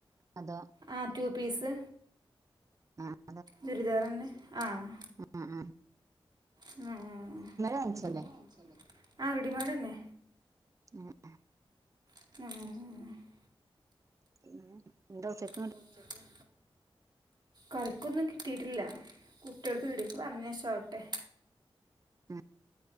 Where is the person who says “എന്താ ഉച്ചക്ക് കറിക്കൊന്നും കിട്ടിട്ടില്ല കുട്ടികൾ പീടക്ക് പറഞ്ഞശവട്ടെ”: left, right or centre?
Right